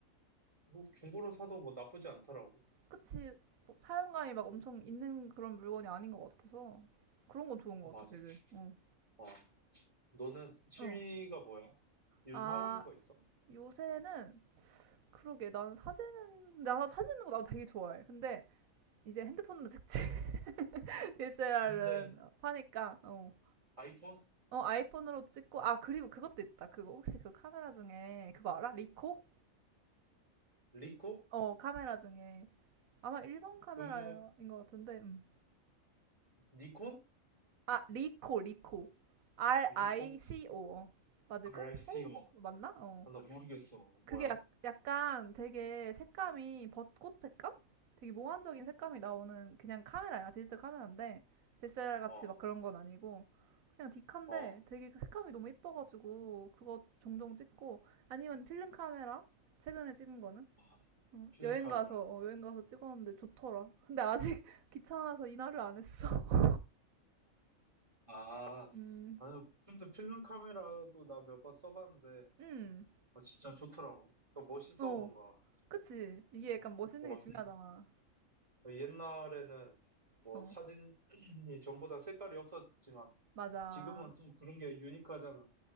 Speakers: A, on the right (about 25°); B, on the right (about 85°).
A: 뭐 중고로 사도 뭐 나쁘지 않더라고.
B: 그치. 뭐 사용감이 막 엄청 있는 그런 물건이 아닌 것 같아서 그런 건 좋은 것
A: 맞아.
B: 같아 되게. 응,
A: 어. 너는 취미가
B: 응.
A: 뭐야? 요즘
B: 아
A: 하고 있는 거 있어?
B: 요새는 그러게 나는 사진은 나 사진 찍는 거 나도 되게 좋아해. 근데 이제 핸드폰으로 찍지 <laughs> DSLR은
A: 근데
B: 파니까 어.
A: 아이폰?
B: 어, 아이폰으로도 찍고, 아, 그리고 그것도 있다. 그거, 혹시 그 카메라 중에, 그거 알아? 리코?
A: 리코?
B: 어, 카메라 중에. 아마 일본 카메라인
A: 그,
B: 것 같은데, 음.
A: 니콘?
B: 아, 리코, 리코. R-I-C-O.
A: 리코?
B: 어. 맞을걸?
A: RICO.
B: 스펠링
A: 아,
B: 맞나? 어.
A: 나 모르겠어.
B: 그게
A: 뭐야?
B: 약, 약간 되게 색감이 벚꽃 색감? 되게 몽환적인 색감이 나오는 그냥 카메라야. 디지털 카메라인데, DSLR 같이
A: 어,
B: 막 그런 건 아니고, 그냥 디카인데
A: 어,
B: 되게 그 색감이 너무 이뻐가지고 그거 종종 찍고 아니면 필름 카메라 최근에 찍은 거는
A: 아,
B: 어,
A: 필름
B: 여행
A: 카메라.
B: 가서 어, 여행 가서 찍었는데 좋더라. 근데 아직 <laughs> 귀찮아서 이날을 안 했어. <laughs>
A: 아,
B: 음,
A: 아니, 근데 필름 카메라도 나 몇 번 써봤는데,
B: 음,
A: 어, 진짜 좋더라고. 그러니까 멋있어,
B: 어,
A: 뭔가.
B: 그치. 이게
A: 어,
B: 약간 멋있는
A: 어,
B: 게 중요하잖아.
A: 예- 어, 옛날에는 뭐
B: 어,
A: 사진이 전부 다 색깔이 없었지만,
B: 맞아.
A: 지금은 또 그런 게 유니크하잖아.